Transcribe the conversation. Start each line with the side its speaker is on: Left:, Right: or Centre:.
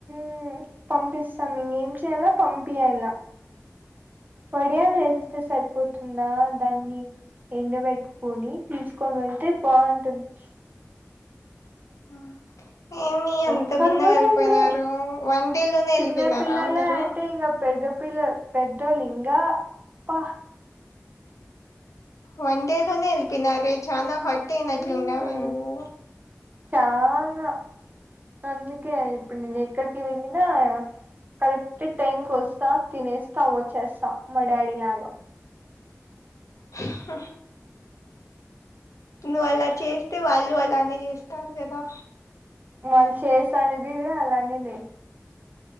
Right: ఉ పంపిస్తాం ఇంగ ఏం చేయలో పంపి యాల వడియాలు వేసిస్తే సరిపోతుందా దాన్ని ఎండ పెట్టుకొని తీసుకొని వెళ్తే బాగుంటుంది
Left: ఆ కే ఏమి అంత
Right: ఒక్కరు
Left: భిన్న
Right: కూడా
Left: వెళ్ళిపోయినారు
Right: తినరు
Left: వన్ డే లోనే
Right: చిన్న
Left: వెళ్ళిపోయినారా
Right: పిల్లలే
Left: అందరు
Right: అంటే ఇంగ పెద్ద పిల్ల పెద్ద లింగాప్ప
Left: వన్ డేలోనే వెల్పోయినారే చాన హుట్ హర్ట్ అయినట్లు
Right: మ్మ్
Left: ఉన్నావే నువ్వు
Right: చానా అందుకే ఆ ఇప్పుడు నేను ఎక్కడికి వెళ్ళినా కరెక్ట్ టైంకి వస్తా తినేస్తా వచ్చేస్తా మా డాడీ లాగా
Left: హ నువ్వు అలా చేస్తే వాళ్ళు అలానే చేస్తారు కదా
Right: వాళ్ళు చేస్తా అనేది గూడ అలానే లే